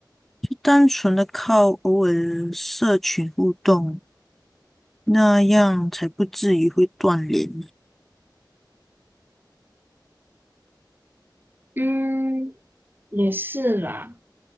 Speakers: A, in the centre; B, on the right.
A: 就单纯的靠偶尔的社群互动，那样才不至于会断联。
B: 嗯，也是啦，